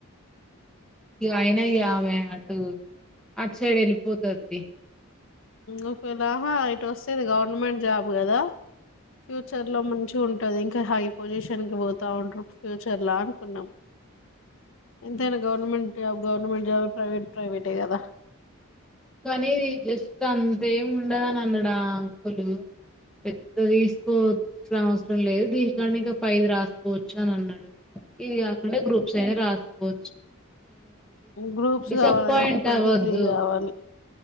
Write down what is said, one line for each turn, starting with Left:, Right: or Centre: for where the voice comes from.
Centre: ఇగ అయినా ఇగ ఆమె అటు అటు సైడ్ వెళ్ళిపోతుది
Left: ఒకేలా ఆహా ఇటు వస్తేది గవర్నమెంట్ జాబ్ కదా ఫ్యూచర్ లో మంచిగా ఉంటది ఇంకా హై పొజిషన్ కి పోతా ఉంటారు ఫ్యూచర్లా అనుకున్నాం ఎంతైనా government job government job private ప్రైవేటే కదా
Centre: కానీ జేస్తాన్ రేప్ ఉండదని అన్నాడు ఆ అంకులు పెద్ద తీసుకోసిన అవసరం లేదు దీనికని ఇంకా పైది రాసుకోవచ్చు అని అన్నాడు ఇది కాకుండా గ్రూప్స్ అయినా రాస్ బొచ్
Left: గ్రూప్స్
Centre: <inaudible> డిసప్పయింట్
Left: కావాలంటే ఇప్పుడు
Centre: ఆవద్దు
Left: డిగ్రీ కావాలి